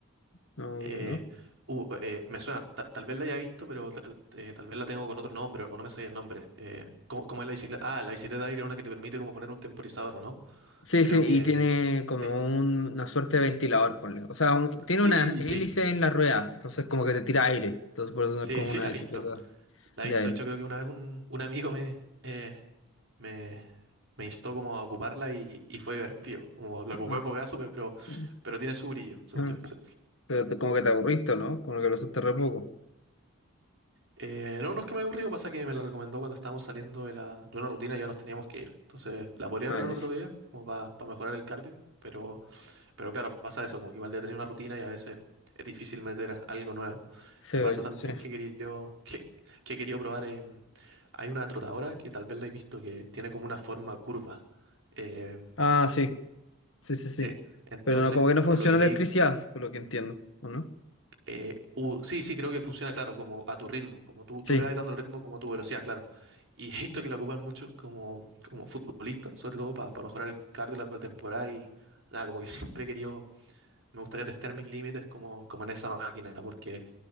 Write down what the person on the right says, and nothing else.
Eh,
uh, eh, me suena, ta- tal vez la haya visto, pero tal, eh, tal vez la tengo con otro nombre o no me sabía el nombre. Eh, ¿cómo, cómo es la bicicleta? Ah, la bicicleta de aire es una que te permite como poner un temporizador, ¿o no?
Creo
que
sí.
Sí,
sí,
sí,
sí,
la
he visto. La
he visto.
De hecho, creo que una vez un, un amigo me, eh, me, me instó como a ocuparla y, y fue divertido. Como lo ocupé
por gaso, pero,
pero tiene su brillo, según
yo. sí.
Eh, no, no es que me haya aburrido, pasa que me la recomendó cuando estábamos saliendo de, la, de una rutina y ya nos teníamos que ir. Entonces, la podría
probar
otro día, como para mejorar el cardio, pero Pero claro, pasa eso, como que igual de tener una rutina y a veces es difícil meter algo nuevo.
Me pasa
también
que he querido, <laughs> que, que he querido probar, em, hay una trotadora que tal vez la he visto que tiene como una forma curva. Eh,
sí, entonces,
por lo que leí,
eh, u- sí, sí, creo que funciona, claro, como a tu ritmo, como tú,
tú le vas dando el ritmo como a tu velocidad, claro. Y <laughs> he visto que la ocupan muchos como, como futbolistas, sobre todo para mejorar el cardio de la pretemporada y nada, como que siempre he querido Me gustaría testear mis límites como, como en esa máquina, porque